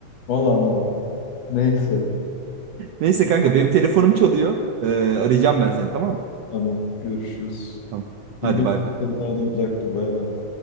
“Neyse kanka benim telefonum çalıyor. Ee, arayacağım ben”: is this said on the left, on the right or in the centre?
Right